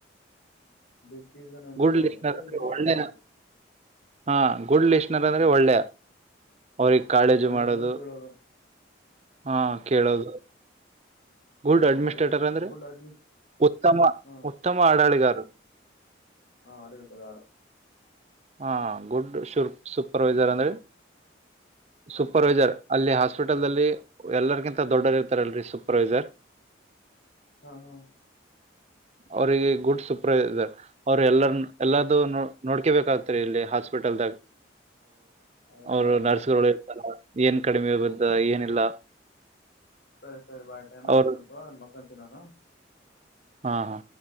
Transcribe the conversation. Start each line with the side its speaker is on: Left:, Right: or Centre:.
Left: ಡಿಸೀಜ್ ಸೀಸನ್ ಅನ್ನು
Right: ಗುಡ್
Left: ತೊಗೊಂಡ
Right: ಲಿಸ್ಟನರ್
Left: ಅಂದ್ರೆ ನಿರ್ವಹಣೆ
Right: ಒಳ್ಳೆಯ
Left: ಮಾಡೋದು
Right: ಹಾ, ಗುಡ್ ಲಿಜಿನರ್ ಆದರೆ ಒಳ್ಳೇಯಾ ಅವರಿಗೆ ಕಾಳಜಿ
Left: ಒಳ್ಳೇದನ್ನು
Right: ಮಾಡೋದು
Left: ಕೇಳೋದು
Right: ಹಾ ಕೇಳೋದು ಗುಡ್
Left: ಹ
Right: ಅಡ್ಮಿನಿಸ್ಟ್ರೇಟರ್
Left: ಒಳ್ಳೆ
Right: ಅಂದ್ರೆ
Left: ಗುಡ್ ಅಡ್ಮಿಸ್
Right: ಉತ್ತಮ
Left: ಹ
Right: ಉತ್ತಮ ಆಡಳಿತಗಾರರು
Left: ಹಾ ಆಡಳಿತಗಾರ
Right: ಹಾ ಗುಡ್ ಸೂಪರ್ವೈಸರ್ ಅಂದ್ರೆ ಸೂಪರ್ವೈಸರ್ ಅಲ್ಲಿ ಹಾಸ್ಪಿಟಲ್ದಲ್ಲಿಲ್ಲಿ ಎಲ್ಲರ್ಗಿಂತ ದೊಡ್ಡರ್ ಇರ್ತಾರಲ್ರರಿ ಸೂಪರ್ವೈಸರ್
Left: ಹಾ ಹಾ
Right: ಅವ್ರಿಗೆ ಗುಡ್ ಸೂಪರ್ವೈಸರ್ ಎಲ್ಲರದು ಎಲ್ಲ ನೋಡ್ಕೊಂಬೇಕಾಗುತ್ತೆ ಇಲ್ಲಿ ಹಾಸ್ಪಿಟಲ್ದಾಗ
Left: ಹೌದಾ
Right: ಅವರು ನರ್ಸಗಳು ಇರುತ್ತಾರೆ ಏನ್ ಕಡಿಮೆ ಬರುತ್ತೇ ಏನಿಲ್ಲ
Left: ಸರಿ ಸರಿ ಬೈ ಟೈಮ್ ಹಾಗಿದೆ
Right: ಅವರು
Left: ಸ್ವಲ್ಪ ಮಲಗಿತೀನಿ <unintelligible>
Right: ಹಾ ಹಾ